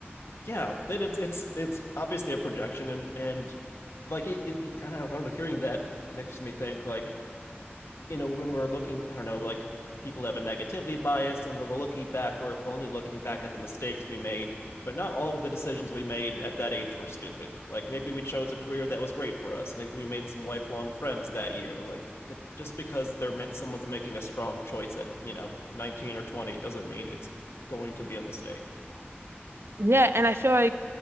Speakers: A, on the left; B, on the right.
A: yeah, it, it's it's it's obviously a projection, and and like it, it kind of I don't know, hearing that makes me think like you know when we're looking, I don't know, like people have a negativity bias, and when we're looking back, we're only looking back at the mistakes we made, but not all of the decisions we made at that age were stupid. Like maybe we chose a career that was great for us, maybe we made some lifelong friends that year, like. That just because they're someone's making a strong choice at you know 19 or 20 doesn't mean it's going to be a mistake
B: Yeah, and I feel like